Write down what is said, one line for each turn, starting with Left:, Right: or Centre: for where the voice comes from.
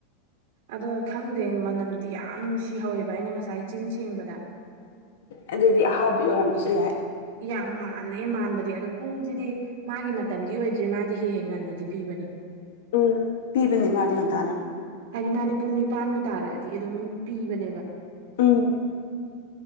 Right: ꯑꯗꯣ ꯈꯪꯗꯦ ꯃꯅꯝꯗꯤ ꯌꯥꯝ ꯅꯨꯡꯁꯤꯍꯧꯋꯦꯕ ꯑꯩꯅ ꯉꯁꯥꯏ ꯆꯤꯟ ꯁꯦꯡꯕꯗ
Left: ꯑꯗꯨꯗꯤ ꯑꯍꯥꯎꯕꯤ ꯑꯣꯏꯔꯝꯕꯖꯨ ꯌꯥꯏ
Right: ꯌꯥꯝ ꯃꯥꯜꯂꯦ ꯃꯥꯟꯕꯗꯤ ꯑꯗꯣ ꯄꯨꯡꯖꯤꯗꯤ ꯃꯥꯒꯤ ꯃꯇꯝꯗꯤ ꯑꯣꯏꯗ꯭ꯔꯦ ꯃꯥꯗꯤ ꯍꯦꯛ ꯍꯦꯛ ꯉꯟꯅꯗꯤ ꯄꯤꯕꯅꯤ
Left: ꯎꯝ ꯄꯤꯕꯅꯤ ꯃꯥꯗꯤ ꯉꯟꯇꯥꯅ꯫
Right: ꯍꯥꯏꯗꯤ ꯃꯥꯗꯤ ꯄꯨꯡ ꯅꯤꯄꯥꯟꯕꯨ ꯇꯥꯔꯛꯑꯗꯤ ꯑꯗꯨꯝ ꯄꯤꯕꯅꯦꯕ꯫
Left: ꯎꯝ